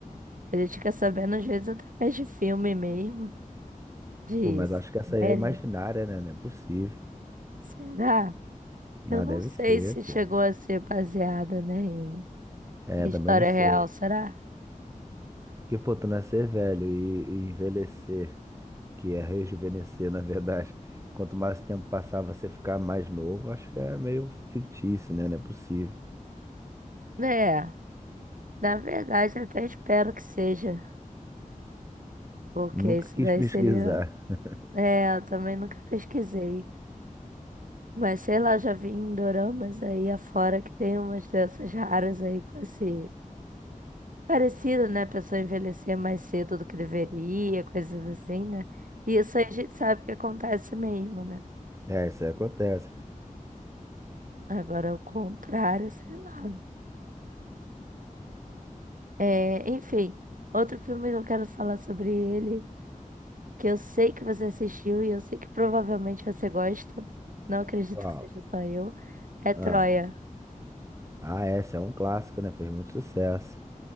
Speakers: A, on the right; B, on the right.
A: A gente fica sabendo, às vezes, através de filme mesmo,
B: <laughs>
A: de
B: Pô, mas acho que essa aí
A: série,
B: é imaginária, né? Não é possível.
A: Será? Eu
B: Ah,
A: não
B: deve
A: sei
B: ser,
A: se chegou
B: pô.
A: a ser baseada, né, em
B: É,
A: em
B: também
A: história
B: não sei.
A: real, será?
B: Porque, pô, tu nascer velho e, e envelhecer, que é rejuvenescer, na verdade. Quanto mais tempo passar, você ficar mais novo, acho que é meio fictício, né? Não é possível.
A: É, na verdade, até espero que seja, porque
B: Nunca
A: isso
B: quis
A: daí
B: pesquisar.
A: seria.
B: <laughs>
A: É, eu também nunca pesquisei. Mas sei lá, já vi em doramas aí afora que tem umas doenças raras aí com esse. Parecido, né? A pessoa envelhecer mais cedo do que deveria, coisas assim, né? E isso aí a gente sabe que acontece mesmo, né?
B: É, isso aí acontece.
A: Agora, o contrário, sei lá. É, enfim, outro filme que eu quero falar sobre ele, que eu sei que você assistiu e eu sei que provavelmente você gosta, não acredito
B: Qual?
A: que seja só eu, é Troia.
B: Ah, ah, essa é um clássico, né? Fez muito sucesso.